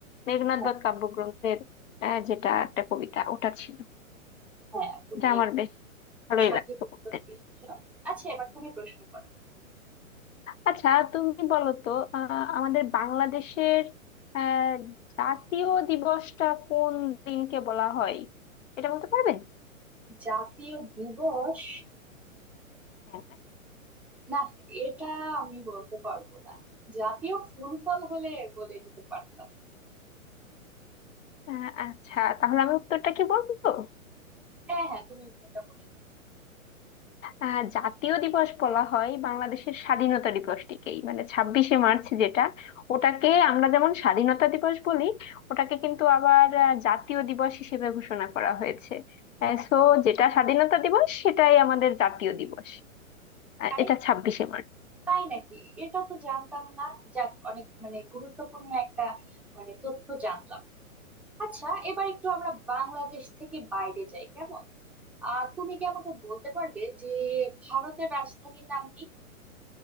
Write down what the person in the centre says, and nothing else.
হ্যাঁ
হ্যাঁ তুমি
একদম
সঠিক
উত্তর
দিয়েছো আচ্ছা এবার তুমি প্রশ্ন করো
জাতীয় দিবস
না এটা আমি বলতে পারবো না জাতীয় ফুল ফল হলে বলে দিতে পারতাম
হ্যাঁ হ্যাঁ তুমি উত্তরটা বলে দাও
আরে
তাই নাকি এটা তো জানতাম না যাক অনেক মানে গুরুত্বপূর্ণ একটা মানে তথ্য জানলাম আচ্ছা এবার একটু আমরা বাংলাদেশ থেকে বাইরে যাই কেমন আহ তুমি কি আমাকে বলতে পারবে যে ভারতের রাজধানীর নাম কি